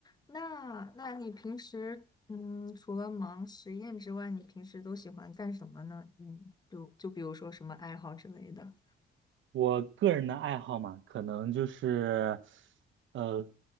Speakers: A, on the left; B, on the right.
A: 那那你平时嗯，除了忙实验之外，你平时都喜欢干什么呢？嗯，就就比如说什么爱好之类的。
B: 我个人的爱好嘛，可能就是，呃，